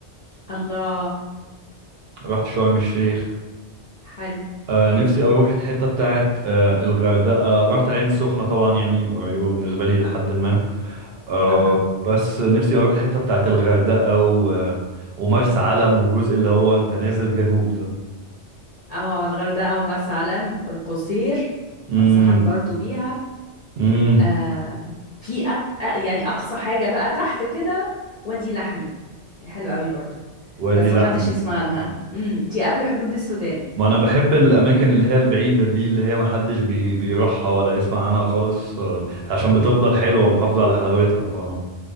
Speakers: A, on the left; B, on the right.
A: الله
B: رحت شرم الشيخ
A: حلو
B: آه نفسي اروح الحته بتاعت آه الغردقه رحت العين السخنه طبعا يعني قريبه بالنسبه لي لحد ما آه
A: اها
B: بس نفسي اروح الحته بتاعت الغردقه و... ومرسى علم والجزء اللي هو انت نازل جنوب ده
A: اه الغردقة ومرسى علم القصير
B: امم
A: انصحك برضو بيها
B: امم
A: آه في أك... آه، يعني اقصى حاجة بقى تحت كده وادي لحمي يعني حلو قوي برضو
B: وادي
A: بس
B: لحمي
A: ما حدش يسمع عنها
B: مم.
A: امم دي قبل حدود السودان
B: ما انا بحب الاماكن اللي هي البعيده دي اللي هي ما حدش بي...
A: امم
B: بيروحها ولا يسمع عنها خالص آه عشان بتفضل حلوه ومحافظه على حلاوتها ف